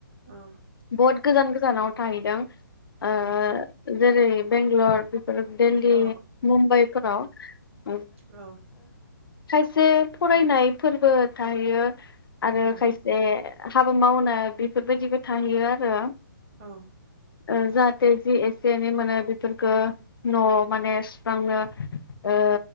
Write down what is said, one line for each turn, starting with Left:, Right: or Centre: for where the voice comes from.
Right: औ
Left: बहत गोजान गोजानाव थाहैदों ओ
Right: उम
Left: जेरै बेगल'र बे ओ देल्ली
Right: औ
Left: मुम्बाइफोराव <inaudible>
Right: औ
Left: खायसे फरायनाय फोरबो थाहैयो आरो
Right: औ
Left: खायसे हाबा मावनाय बेफोरबायदिबो थाहैयो आरो
Right: औ
Left: ओ जाहाथे जि एसे एनै मोनो बेफोरफोरखो न'वाव माने सुस्रांनो ओ